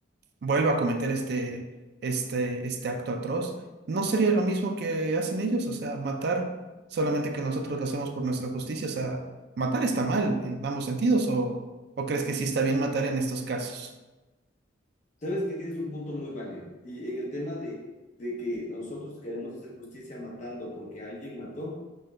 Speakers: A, on the right; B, on the left.
A: vuelva a cometer este, este, este acto atroz, ¿no sería lo mismo que hacen ellos? O sea, matar, solamente que nosotros lo hacemos por nuestra justicia. O sea, matar está mal en ambos sentidos, o, o crees que sí está bien matar en estos casos?
B: sabes que tienes un punto muy válido. Y en el tema de, de que nosotros queremos hacer justicia matando porque alguien mató,